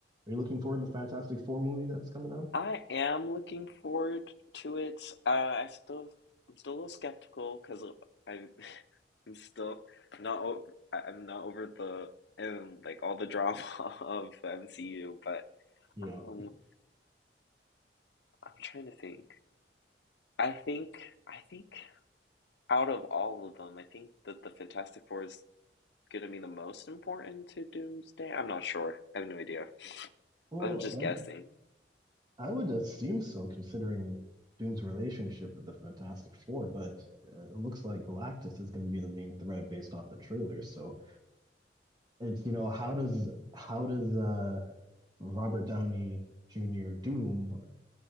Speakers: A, on the right (about 25°); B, on the left (about 75°).
A: Are you looking forward to the Fantastic Four movie that's coming out?
B: I am looking forward to it. Uh, I still, I'm still a little skeptical because I'm, <laughs> I'm still not over, I'm not over the um like all the drama <laughs> of the MCU. But
A: Yeah.
B: um, I'm trying to think. I think, I think out of all of them, I think that the Fantastic Four is gonna be the most important to Doomsday. I'm not sure. I have no idea.
A: Well,
B: I'm just
A: I'm,
B: guessing.
A: I would assume so, considering Doom's relationship with the Fantastic Four, but uh, it looks like Galactus is going to be the main threat based off the trailer. So it's, you know, how does how does uh, Robert Downey Jr. Doom